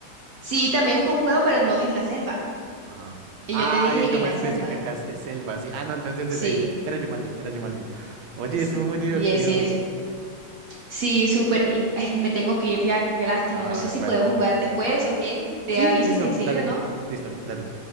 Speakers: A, on the right; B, on the right.
A: Sí, también es con un juego, pero no es en la selva.
B: Ajá.
A: Y
B: Ay,
A: yo te dije
B: tú
A: en
B: me
A: la
B: especificaste
A: selva.
B: selva, sí. Ah, no, entonces
A: Sí,
B: desde ahí. Era Jumanji, era Jumanji. Oye,
A: s-
B: estuvo muy divertido.
A: sí es, sí es. Sí, súper. y, eh, me tengo que ir ya, qué lástima.
B: Ah,
A: No sé si
B: bueno.
A: podemos jugar después o qué. Te
B: Sí,
A: avisas
B: listo,
A: enseguida,
B: dale.
A: ¿no?
B: Listo, dale.